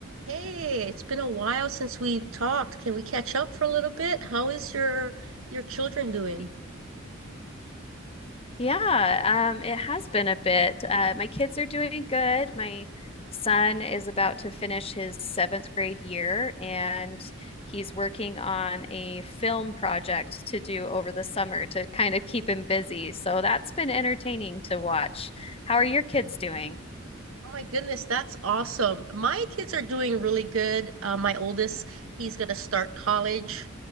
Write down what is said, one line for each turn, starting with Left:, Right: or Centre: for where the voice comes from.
Right: Hey, it's been a while since we've talked. Can we catch up for a little bit? How is your your children doing?
Left: Y- Yeah, um, it has been a bit. Uh, my kids are doing good. My son is about to finish his seventh grade year, and he's working on a film project to do over the summer to kind of keep him busy. So that's been entertaining to watch. How are your kids doing?
Right: Oh my goodness, that's awesome. My kids are doing really good. Uh, my oldest, he's gonna start college.